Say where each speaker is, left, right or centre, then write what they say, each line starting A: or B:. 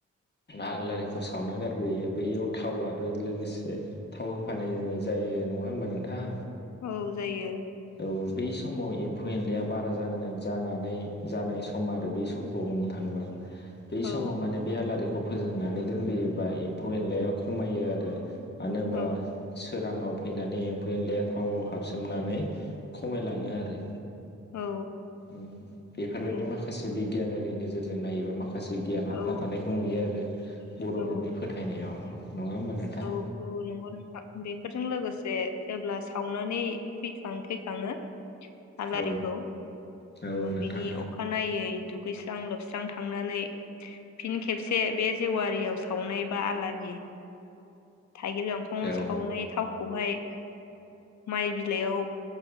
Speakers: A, on the left (about 35°); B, on the left (about 70°).
A: आलारिखौ सावना गारबोयो बैयाव थाव आरो लोगोसे थाव होफानाय जा जायो नङा होमबा नोंथां
B: औ जायो।
A: औ बै समाव एम्फौ एनलाया बारा जानानै जानाय सम आरो बे समखौ हमनो थाङोबा बै
B: औ
A: समाव माने बे आलारि खौ फोजोंनानै दोनबोयोबा एम्फौ एनलाया खमायो आरो मानो होनबा
B: औ
A: सोराङाव फैनानै एम्फौ एनलाया थाव हाबो सोमनानै खमायलाङो आरो
B: औ
A: उम बेफोरबायदि
B: औ
A: माखासे बिगियानारि नोजोरजों नायोबा माखासे गियान हाबना
B: औ
A: थानायखौ नुयो आरो बर'फोरनि
B: औ
A: फोथायनायाव। नङा होमबा नोंथां
B: औ औ नंगौ नोंथां बेफोरजों लोगोसे जेब्ला सावनानै फैखां फैखाङो आलारिखौ
A: औ नोंथां
B: बिनि अखानायै दखु दुगैस्रां लोबस्रां थांनानै फिन खेबसे बे जेवारियाव सावनाय बा आलारि थाइगिर गांखं
A: औ
B: सावनाय थाव खौहाय माइ बिलाइयाव